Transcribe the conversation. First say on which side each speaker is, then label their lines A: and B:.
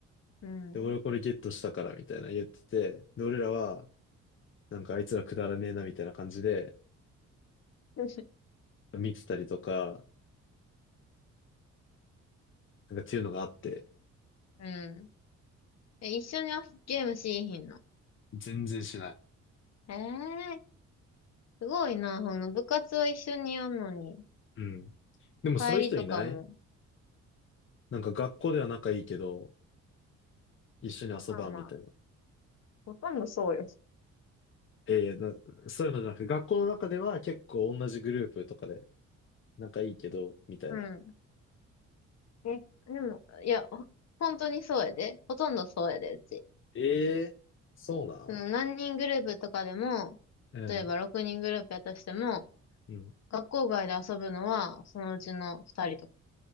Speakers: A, on the left (about 60°); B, on the left (about 40°).
A: うん。
B: で、俺これゲットしたからみたいな言ってて、で、俺らは、なんかあいつらくだらねえなみたいな感じで、
A: <laughs>
B: 見てたりとか、なんかっていうのがあって。
A: うん。え、一緒に遊ゲームしーひんの。
B: 全然しない。
A: ええーすごいな。その部活は一緒にやんのに、
B: うん。でもそういう人いない
A: 帰りとかも。
B: なんか学校では仲いいけど、一緒に遊ばんみたいな。
A: まあまあ、ほとんどそうよ。
B: ええな、そういうのじゃなくて、学校の中では結構同じグループとかで仲いいけど、みたいな。
A: うん。え、でも、いや、ほ本当にそうやで。ほとんどそうやで、うち。
B: ええそうなん
A: その何人グループとかでも、
B: うん。
A: 例えば6人グループやったとしても、
B: うん。
A: 学校外で遊ぶのはそのうちの2人とか。